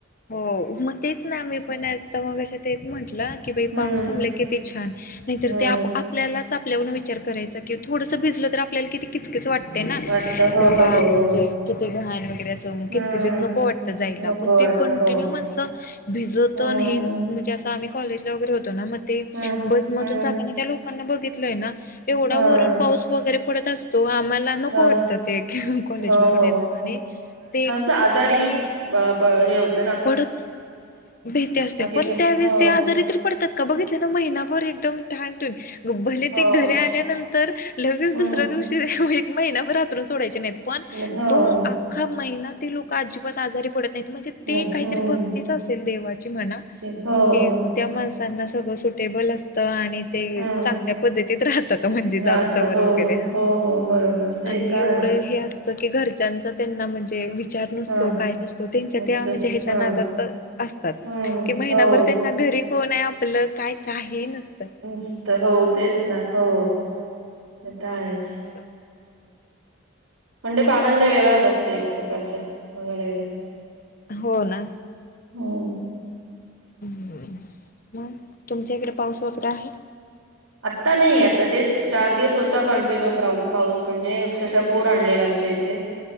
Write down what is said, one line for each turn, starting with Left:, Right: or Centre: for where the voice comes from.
Left: हो, मग तेच ना. मी पण आता, मघाशी तेच म्हंटलं. की, बाई
Right: हम्म
Left: पाऊस थांबलाय कि ती छान. नाही तर
Right: हम्म
Left: ते आप - आपल्यालाच, आपल्याऊन विचार करायचा कि, थोडसं भिजलं तर आपल्याला किती किचकिच वाटते ना.
Right: वाटत हो
Left: बाबा
Right: हो
Left: म्हणजे,
Right: हो
Left: किती घाण वगैरे अस
Right: हम्म
Left: कीचकीचीत नको वाटतं, जाईला.
Right: नको
Left: पण
Right: वाटत
Left: ते पण
Right: हो
Left: ते माणसं, भिजतं
Right: हम्म
Left: न हेन. म्हणजे असं, आम्ही कॉलेजला वगैरे होतो ना. मग ते,
Right: हम्म
Left: बसमधून
Right: हम्म
Left: जाताना त्या लोकांना बघितलंय ना. एवढा
Right: हा
Left: वरून पाऊस वगैरे पडत असतो. आम्हाला नको
Right: हा
Left: वाटतं ते. <unintelligible> कॉलेज
Right: हो
Left: वरून
Right: हो
Left: येताना. आणि ते
Right: आजारी प प हे होत
Left: पडत नाही. भीती असत्या.
Right: बाकी
Left: पण
Right: काय
Left: त्यावेेळेस
Right: हो
Left: ते आजारी तरी पडतात का? बघितलं ना. महिनाभर एकदम ठाण टून. भले
Right: हो
Left: ते घरी आल्यानंतर. लगेच
Right: हम्म
Left: दुसऱ्या दिवशी, एक महिनाभर हात्रुन सोडायचे नाहीत. पण
Right: नाही, हो
Left: तो अख्खा महिना, ते लोक अजिबात आजारी पडत नाहीत. म्हणजे ते
Right: नाही
Left: काहीतरी
Right: हम्म
Left: भक्तीच असल देवाची म्हणा.
Right: ते- हो
Left: कि,
Right: हो
Left: त्या माणसांना सगळं सुटेबल असतं. आणि ते
Right: हम्म
Left: चांगल्या पद्धतीत राहतात. म्हणजे जास्तवर
Right: आता हो
Left: वगैरे.
Right: हो
Left: हा
Right: हो हो बरोबर ते
Left: आणि
Right: तर
Left: एवढं
Right: आहेच
Left: हे असतं की, घरच्यांचा त्यांना म्हणजे, विचार नसतो.
Right: हा
Left: काय नसतो. त्यांच्यात
Right: मस्त
Left: ह्या म्हणजे, ह्याच्या
Right: हा
Left: नादात असतात.
Right: हम्म
Left: की, महिनाभर
Right: हो
Left: त्यांन
Right: ते
Left: घरी कोणय? आप आपलं. काय, काही नसत.
Right: सत. हो. तेच ना. हो. ता आहेच.
Left: स.
Right: <unintelligible> का आनंद वेगळाच असतो, एक प्रकारचा. बघायला गेलं तर.
Left: हो, ना.
Right: हो.
Left: हम. मग, तुमच्या इकडे पाऊस <unintelligible> आहे.
Right: आत्ता नाही. आता तेच चार दिवस होता, कंटिन्यू प्राऊ- पाऊस. म्हणजे अक्षरशः पूर आणलेला, आमच्या इथे.